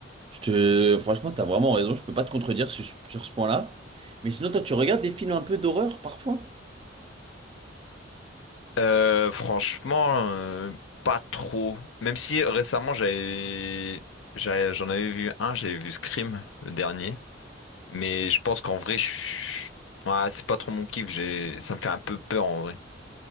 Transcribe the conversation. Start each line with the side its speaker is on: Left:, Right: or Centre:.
Right: Je te, franchement, t'as vraiment raison, je peux pas te contredire sur, sur ce point-là. Mais sinon, toi, tu regardes des films un peu d'horreur parfois?
Left: Euh, franchement, euh, pas trop. Même si récemment j'avais, j'avais- j'en avais vu un, j'avais vu Scream, le dernier. Mais je pense qu'en vrai, je- ouais, c'est pas trop mon kiff. J'ai, ça me fait un peu peur en vrai.